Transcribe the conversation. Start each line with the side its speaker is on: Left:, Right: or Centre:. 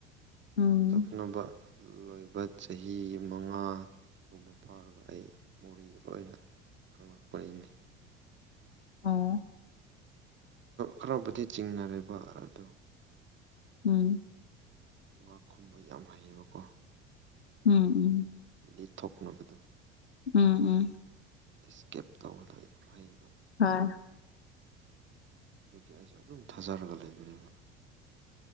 Left: ꯎꯝ
Right: ꯇꯣꯛꯅꯕ ꯂꯣꯏꯕ ꯆꯍꯤ ꯃꯉꯥ ꯨꯝꯕ ꯐꯥꯔꯒ ꯑꯩ ꯃꯣꯔꯦꯗ ꯂꯣꯏꯅ ꯈꯪꯂꯛꯄꯅꯤꯅꯦ
Left: ꯑꯣ
Right: ꯍꯔꯥꯎꯕꯗꯤ ꯆꯤꯡꯅꯔꯤꯕ ꯑꯗꯨꯗꯣ
Left: ꯎꯝ
Right: ꯋꯥ ꯈꯨꯝꯕ ꯌꯥꯝ ꯍꯩꯌꯦꯕꯀꯣ
Left: ꯎꯝ ꯎꯝ
Right: ꯂꯤꯠꯊꯣꯛꯅꯕꯗꯣ
Left: ꯎꯝ ꯎꯝ
Right: ꯏꯁꯀꯦꯞ ꯇꯧꯕꯗ ꯌꯥꯝ ꯍꯩꯕ
Left: ꯍꯣꯏ
Right: ꯑꯗꯨꯒꯤ ꯑꯩꯁꯨ ꯑꯗꯨꯝ ꯊꯥꯖꯔꯒ ꯂꯩꯕꯅꯦꯕ